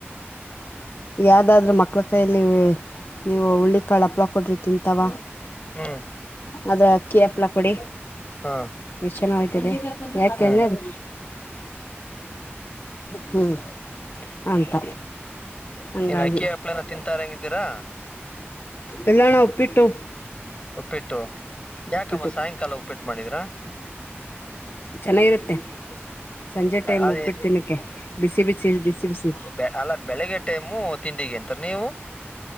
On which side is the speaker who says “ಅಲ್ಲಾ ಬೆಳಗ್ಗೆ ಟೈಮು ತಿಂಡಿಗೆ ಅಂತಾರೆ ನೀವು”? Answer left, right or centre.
Left